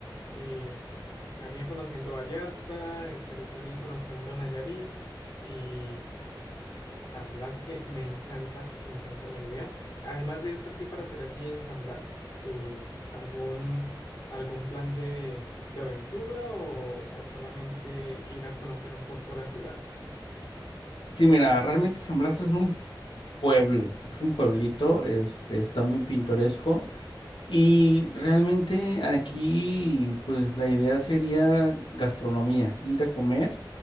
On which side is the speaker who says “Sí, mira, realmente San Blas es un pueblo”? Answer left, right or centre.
Left